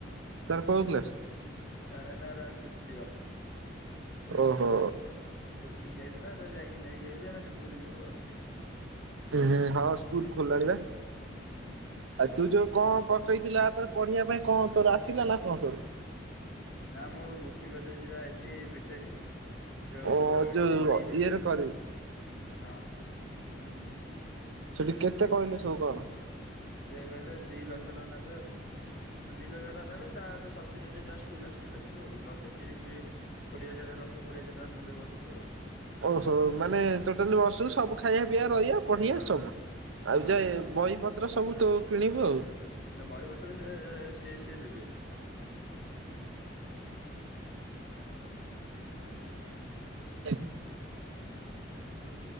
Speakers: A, on the right (about 85°); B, on the left (about 55°).
A: କଉ କ୍ଲାସ?
B: ତାର ଏଇନା ହେଲା ତୃତୀୟ।
A: ଓହୋ।
B: କୋଚିଂ ଯାଇଥିଲା ତ ଯାଇକି ନେଇକି ଆଇଲି, ଏ ନା ସ୍କୁଲ ଯିବ ଆଉ।
A: ଉଁ ହଁ ସ୍କୁଲ ଖୋଲିଲାଣି ବା।
B: ହୁଁ
A: ଆ ତୁ ଯଉ କଣ ପକେଇଥିଲା ତାପରେ ପଢିବା ପାଇଁ କଣ ତୋର ଆସିଲା ନା କଣ ସବୁ।
B: ନା ମୁଁ ବୁକିଂ କରିଦେଇଚି ବା ଏଠି ବିଟେକ। ଯଉ
A: ଓ
B: ଏଠି
A: ଯୋଉ
B: ଜିଶ
A: ଇଏରେ
B: ରେ,
A: କରିବୁ
B: ହଁ ହୁଁ ହୁଁ।
A: ସେଟି କେତେ କଇଲେ ସୁକଣ?
B: ସେଏ କହିଲେ ଦି ଲକ୍ଷ ଟଙ୍କା ନେବେ ଆଉ। ଦି ଲକ୍ଷ ଟଙ୍କା ନେବେ। ତା ସ- ତିରିଶ ହଜାର ଟଙ୍କା ସ୍କଲାରସିପ୍ ଆସିବ ଆଉ। ଲକ୍ଷେ ତିରିଶ କୋଡିଏ ହଜାର ଟଙ୍କା ଲକ୍ଷେ କୋଡିଏ ହଜାର ଟଙ୍କା ନେବେ ବର୍ଷକୁ ଆଉ।
A: ଓହୋ, ମାନେ ଟୋଟାଲି ବର୍ଷକୁ ସବୁ ଖାଇବା ପିଇବା ରହିବା ପଢେଇଆ
B: ହଁ।
A: ସବୁ। ଆଉ
B: ହଁ
A: ଯାଏ ବହି ପତ ପତ୍ର ସବୁ ତ କିଣିବୁ ଆଉ।
B: ନା ବହିପତ୍ର ସେ ସିଏ ସିଏ ଦେବେ
A: <unintelligible>
B: <inaudible>
A: <unintelligible>